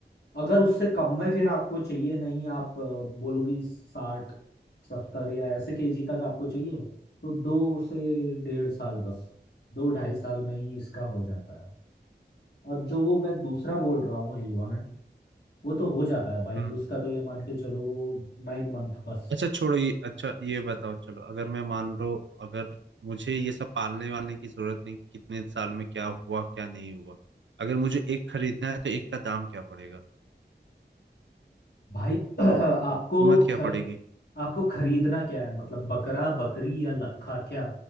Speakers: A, on the left; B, on the right.
A: अगर उससे कम में फिर आपको चाहिए नहीं आप अ, बोलोगी साठ सत्तर या ऐसे केजी तक आपको चाहिए तो दो से डेढ़ साल बस दो ढाई साल में ही इसका हो जाता है और जो वो मैं दूसरा बोल रहा हूँ हिलवाड़ वो तो हो जाता है भाई
B: हम्म।
A: उसका तो ये मान के चलो वो नाइन मंथ बस
B: अच्छा छोड़ो ये अच्छा ये बताओ चलो अगर मैं मान लो अगर मुझे ये सब पालने वालने की जरूरत नहीं कितने साल में क्या हुआ क्या नहीं हुआ अगर मुझे एक खरीदना है तो एक का दाम क्या पड़ेगा
A: भाई <clears throat> आपको
B: कीमत क्या
A: खर
B: पड़ेगी
A: आपको खरीदना क्या है मतलब बकरा बकरी या लखा क्या